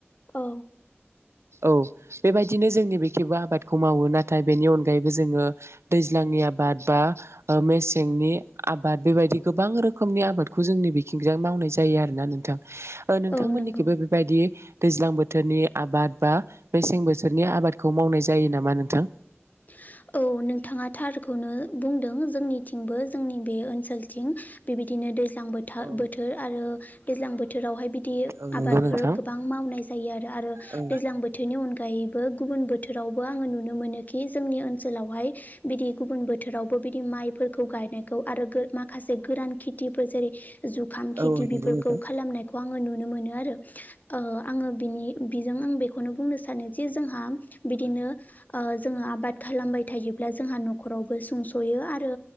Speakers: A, on the left; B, on the right.
A: औ
B: औ बेबायदिनो जोंनि बेखैबो आबादखौ मावो नाथाय बेनि अनगायैबो जोङो दैज्लांनि आबाद बा ओ मेसेंनि आबाद बेबायदि गोबां रोखोमनि आबादखौ जोंनि बिखिंजा मावनाय जायो आरो ना नोंथां ओ नोंथां
A: औ
B: मोननिखिबो
A: नंगौ
B: बेबायदि दैज्लां बोथोरनि आबाद बा मेसें बोथोरनि आबादखौ मावनाय जायो नामा नोंथां
A: <inaudible> औ नोंथाङा थारखौनो बुंदों जोंनिथिंबो जोंनि बे ओनसोलथिं बिदि बिदिनो दैज्लां बोथा
B: औ
A: बोथोर आरो दैज्लां बोथोर बोथोरावहाय बिदि
B: औ नंगौ
A: आबादफोर
B: नोंथां
A: गोबां मावनाय जायो आरो आरो
B: औ
A: दैज्लां बोथोरनि अनगायै गुबुन बोथोरावबो आङो नुनो मोनोखि जोंनि ओनसोल ओनसोलावहाय बिदि गुबुन बोथोरावबो बिदि माइफोरखौ गायनायखौ आरो गो माखासे गोरान खि जेरै जुखाम खेथिफोरखौ
B: औ नंगौ नोंथां
A: खालामनाय आङो नुनो मोनो आरो आङो बिनि बिजों आं बेखौनो बुंनो सानो जे जोंहा बिदिनो ओ जोङो आबाद खालामबाय थायोब्ला जोंहा नखरावबो सुंसयो आरो